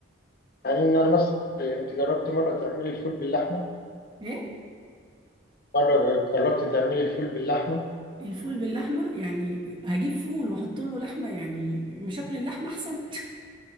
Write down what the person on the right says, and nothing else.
إيه؟
الفول باللحمة يعني هجيب فول وأحط له لحمة يعني مش أكل اللحمة أحسن